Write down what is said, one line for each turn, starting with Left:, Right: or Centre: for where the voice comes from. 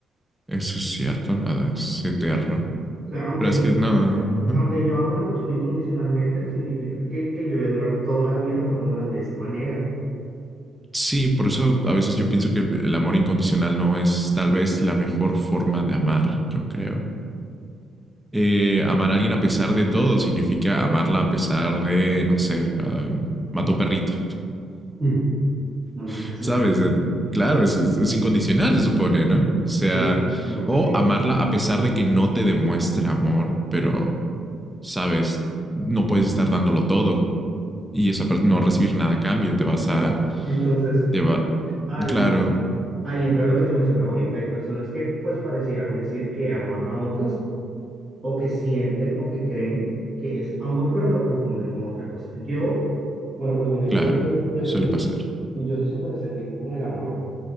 Centre: Eso es cierto, nada, es eterno.
Right: O sea, aunque
Centre: Pero es
Right: yo
Centre: que no.
Right: ame,
Centre: ajá.
Right: aunque yo ame a una persona incondicionalmente, no significa que, que yo voy a durar toda la vida amándola de esa manera.
Centre: Sí, por eso a veces yo pienso que el amor incondicional no es tal vez la mejor forma de amar, yo creo. eh, amar a alguien a pesar de todo significa amarla a pesar de, no sé, um, mató perrito,
Right: <laughs> Mm. No,
Centre: <laughs>
Right: pues,
Centre: ¿sabes? Eh, Claro, es, es- es incondicional, se supone, ¿no? O sea,
Right: sí, bueno, pues
Centre: o
Right: sí,
Centre: amarla a pesar de que no te demuestre amor, pero, ¿sabes? No puedes estar dándolo todo y esa per- no recibir nada a cambio, te vas
Right: exacto.
Centre: a,
Right: Entonces,
Centre: te va-
Right: ahí,
Centre: claro,
Right: ahí entra lo que te mencionaba ahorita. Hay personas que pues parecieran decir que aman a otras o que sienten o que creen que es amor, pero lo confunden con otra cosa. Yo, bueno, pues mira, yo
Centre: claro,
Right: soy, yo
Centre: suele
Right: soy,
Centre: pasar.
Right: yo soy súper escéptico con el amor,